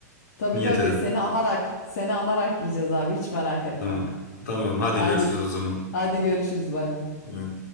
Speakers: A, on the left; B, on the left.
A: Tabii
B: Niyet
A: tabii
B: edin.
A: seni anarak seni anarak yiyeceğiz abi hiç merak etme.
B: Tamam. Tamam hadi
A: Hadi
B: görüşürüz o zaman.
A: hadi görüşürüz bay bay.
B: Evet.